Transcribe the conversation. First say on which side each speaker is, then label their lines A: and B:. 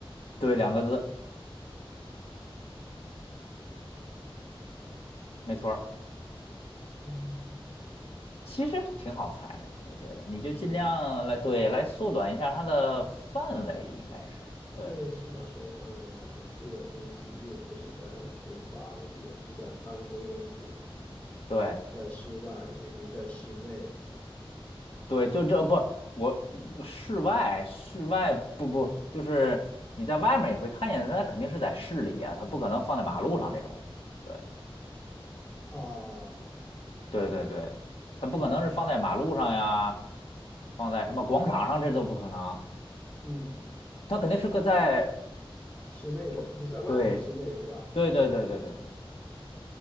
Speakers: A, on the left (about 75°); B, on the left (about 15°).
A: 对，两个字，
B: 呃，
A: 没错儿
B: 哎呀，
A: 其实挺好猜的，我觉得你就尽量来对来缩短一下它的范围，
B: 是吧？
A: 应该是对
B: 对，是想说的范围，两个字的东西又不是在厨房，也不是在办公用品，
A: 对
B: 可以在室外，也可以在室内
A: 对，就这不我我室外室外不不就是你在外面也会看见，它肯定是在市里啊，它不可能放在马路上这种，对
B: 啊。
A: 对对对，它不可能是放在马路上呀，放在什么广场上，这都不可能。
B: 嗯，
A: 它肯定是个在
B: 室内的就是在外面的室内是吧？
A: <laughs> 有，对对对对对对对，